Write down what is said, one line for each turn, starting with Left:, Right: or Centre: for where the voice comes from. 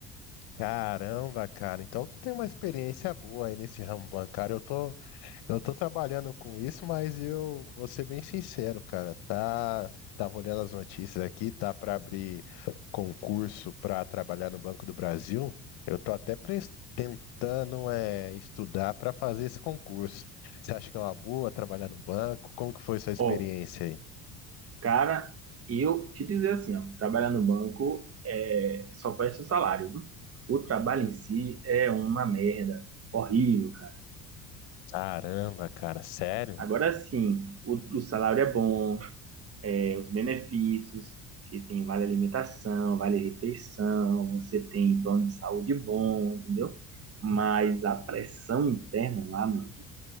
Left: Caramba, cara, então tu tem uma experiência boa aí nesse ramo bancário. Eu tô, Eu tô trabalhando com isso, mas eu vou ser bem sincero, cara. Tá, tava olhando as notícias aqui, tá para abrir concurso para trabalhar no Banco do Brasil. Eu tô até pres- tentando é, estudar para fazer esse concurso. Você acha que é uma boa trabalhar no banco? Como que foi sua experiência
Right: Ó,
Left: aí?
Right: Cara, e eu te dizer assim, ó, trabalhar no banco é só presta o salário, viu? O trabalho em si é uma merda, horrível, cara.
Left: Caramba, cara, sério?
Right: Agora sim, o, o salário é bom, é, os benefícios, que tem vale alimentação, vale refeição, você tem plano de saúde bom, entendeu? Mas a pressão interna lá, meu amigo,